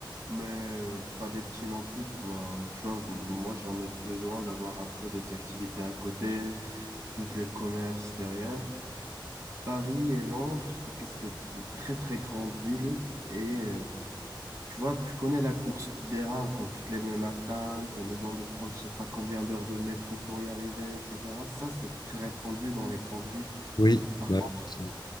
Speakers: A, on the right; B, on the left.
A: mais pas des petits non plus. Moi, tu vois, moi j'en ai besoin d'avoir un peu des activités à côté, toutes les commerces derrière. Paris et Londres, je trouve que c'est des très très grandes villes. Et euh, tu vois, tu connais la course des rats quand tu te lèves le matin, tu as besoin de prendre je sais pas combien d'heures de métro pour y arriver, etc. Ça, c'est très répandu dans les grandes villes.
B: Oui,
A: par
B: ouais,
A: contre
B: c'est-